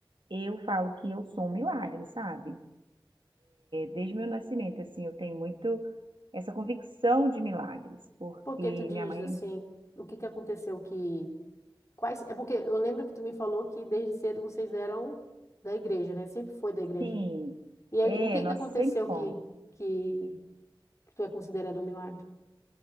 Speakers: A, on the right; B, on the left.
A: eu falo que eu sou um milagre, sabe? Desde meu nascimento, assim, eu tenho muito essa convicção de milagres, porque
B: Porque
A: minha
B: tu diz
A: mãe,
B: assim, o que que aconteceu que quais é porque eu lembro que tu me falou que desde cedo vocês eram da igreja, né? Sempre foi da igreja.
A: sim,
B: E aí,
A: é,
B: o que
A: nós
B: que aconteceu
A: sempre fomos.
B: que que, que tu é considerado um milagre?